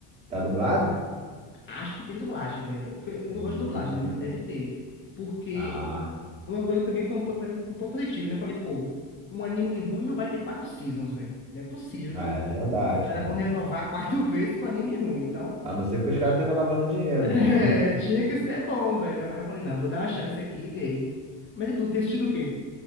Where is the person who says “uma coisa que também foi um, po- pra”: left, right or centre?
Left